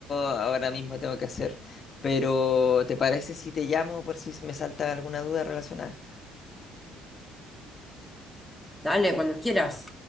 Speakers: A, on the left; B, in the centre.
A: ahora mismo tengo que hacer, pero ¿te parece si te llamo por si me salta alguna duda relacionada?
B: Dale, cuando quieras.